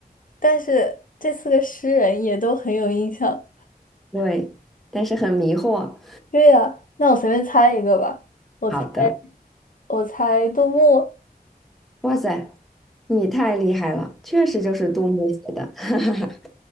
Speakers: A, on the left; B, in the centre.
A: 但是这四个诗人也都很有印象。
B: 对，但是很迷惑。
A: 对呀，那我随便猜一个吧，我猜
B: 好的，
A: 我猜杜牧。
B: 哇塞，你太厉害了，确实就是杜牧写的。<laughs>